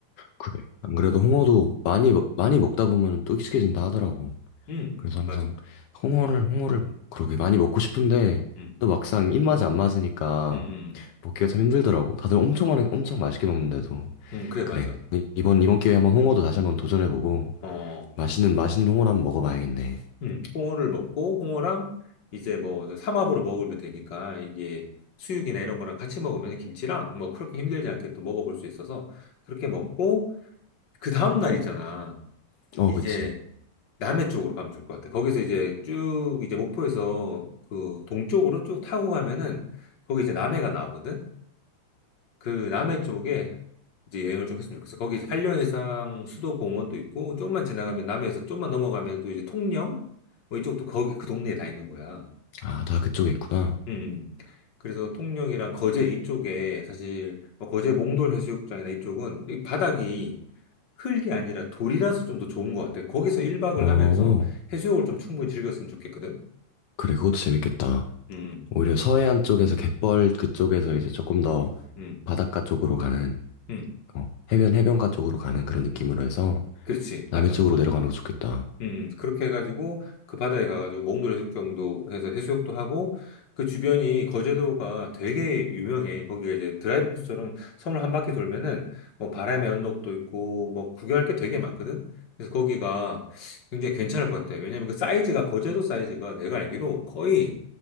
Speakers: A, on the left; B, on the left.
A: 그래. 안 그래도 홍어도 많이, 먹- 많이 먹다 보면 또 익숙해진다 하더라고.
B: 음,
A: 그래서 항상
B: 맞아.
A: 홍어를, 홍어를 그렇게 많이 먹고 싶은데,
B: 음,
A: 또 막상 입맛이 안 맞으니까
B: 음, 음,
A: 먹기가 참 힘들더라고. 다들 엄청 많이, 엄청 맛있게 먹는데도.
B: 음, 음, 그래,
A: 그래.
B: 맞아.
A: 이- 이번, 이번 기회에 한번 홍어도 다시 한번 도전해보고,
B: 어.
A: 맛있는 맛있는 홍어를 한번 먹어봐야겠네.
B: 음, 홍어를 먹고 홍어랑 이제 뭐 삼합으로 먹으면 되니까 이게 수육이나 이런 거랑 같이 먹으면 김치랑 뭐 그렇게 힘들지 않게 또 먹어볼 수 있어서 그렇게 먹고 그 다음 날 있잖아.
A: 어,
B: 이제
A: 그치.
B: 남해 쪽으로 가면 좋을 것 같아. 거기서 이제 쭉 이제 목포에서 그 동쪽으로 쭉 타고 가면은 거기 이제 남해가 나오거든. 그 남해 쪽에 이제 여행을 좀 했으면 좋겠어. 거기 이제 한려해상 수도공원도 있고, 좀만 지나가면 남해에서 좀만 넘어가면 또 이제 통영? 뭐 이쪽도 거기 그 동네에 다 있는 거야.
A: 아, 다 그쪽에 있구나.
B: 음. 음. 그래서 통영이랑 거제 이쪽에 사실 뭐 거제 몽돌 해수욕장이나 이쪽은 이 바닥이 흙이 아니라 돌이라서 좀 더 좋은 것 같아. 거기서 1박을
A: 어,
B: 하면서 해수욕을 좀 충분히 즐겼으면 좋겠거든.
A: 그래, 그것도 재밌겠다.
B: 음,
A: 오히려 서해안 쪽에서 갯벌 그쪽에서 이제 조금 더
B: 음,
A: 바닷가 쪽으로 가는,
B: 음.
A: 어, 해변, 해변가 쪽으로 가는 그런 느낌으로
B: 음.
A: 해서
B: 그렇지. 맞아,
A: 남해 쪽으로
B: 맞아.
A: 내려가는 거 좋겠다.
B: 음, 그렇게 해가지고 그 바다에 가가지고 몽돌 해수욕장도 해서 해수욕도 하고 그 주변이 거제도가 되게 유명해. 거기가 이제 드라이브 코스처럼 섬을 한 바퀴 돌면은 뭐 바람의 언덕도 있고 뭐 구경할 게 되게 많거든. 그래서 거기가 굉장히 괜찮을 것 같아. 왜냐면 그 사이즈가 거제도 사이즈가 내가 알기로 거의